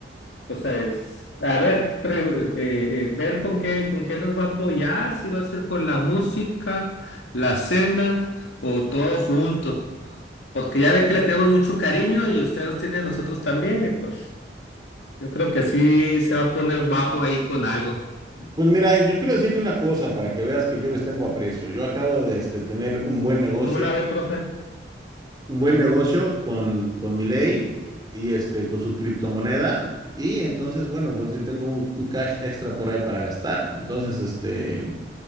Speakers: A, on the left (about 85°); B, on the right (about 25°).
A: O sea, es, a ver, pre- eh, eh, ver con qué, con qué nos va a apoyar, si va a ser con la música, la cena o todo junto. Porque ya ve que le tenemos mucho cariño y usted los tiene a nosotros también, y pues yo creo que así se va a poner guapo ahí con algo.
B: Pues mira, yo quiero decirte una cosa para que veas que yo les tengo aprecio. Yo acabo de este, tener un buen negocio,
A: ¿Cómo la ve, profe?
B: un buen negocio con, con Milei y este, con su criptomoneda. Y entonces, bueno, ver si tengo un, un cash extra por ahí para gastar. Entonces, este,